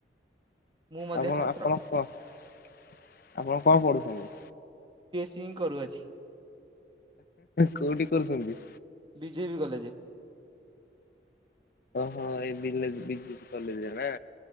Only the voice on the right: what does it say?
ମୁଁ ମଧ୍ୟ
ଛାତ୍ର
ଚିଂ କରୁଅଛି।
ବିଜେପି କଲେଜ